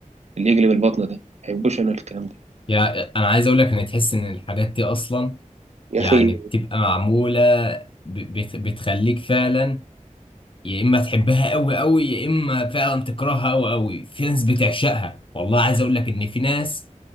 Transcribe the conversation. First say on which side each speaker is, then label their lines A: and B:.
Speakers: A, on the right; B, on the left.
A: اللي يجلب البطن ده مبحبوش انا الكلام ده
B: يعني انا عايز اقول لك ان تحس ان الحاجات دي اصلا
A: يا
B: يعني
A: اخي
B: بتبقى معمولة ب- بت- بتخليك فعلا يا اما تحبها قوي قوي يا اما فعلا تكرهها قوي قوي في ناس بتعشقها والله عايز اقول لك ان في ناس